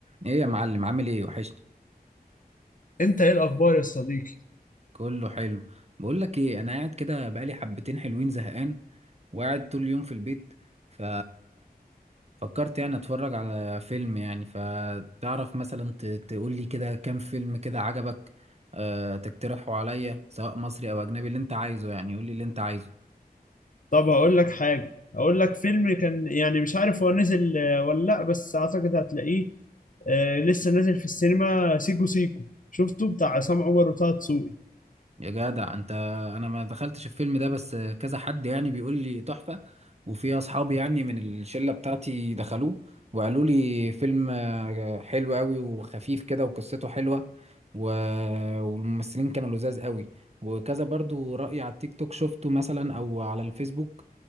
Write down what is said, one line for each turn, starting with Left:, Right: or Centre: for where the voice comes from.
Right: ايه يا معلم عامل ايه وحشني
Left: انت ايه الاخبار يا صديقي
Right: كله حلو بقول لك ايه انا قاعد كده بقالي حبتين حلوين زهقان وقاعد طول اليوم في البيت ف فكرت يعني اتفرج على فيلم يعني فتعرف مثلا ت... تقول لي كده كام فيلم كده عجبك أه... تقترحه عليا سواء مصري او اجنبي اللي انت عايزه يعني قول لي اللي انت عايزه
Left: طب هقول لك حاجه هقول لك فيلم كان يعني مش عارف هو نزل آه، ولا لا بس اعتقد هتلاقيه آه، لسه نازل في السينما سيكو سيكو شفته بتاع عصام عمر وطه دسوقي
Right: يا جدع انت انا ما دخلتش الفيلم ده بس كذا حد يعني بيقول لي تحفة وفي اصحابي يعني من الشلة بتاعتي دخلوه وقالوا لي فيلم آه، حلو قوي وخفيف كده وقصته حلوة و... والممثلين كانوا لذاذ قوي وكذا برضو رأي على التيك توك شفته مثلا او على الفيسبوك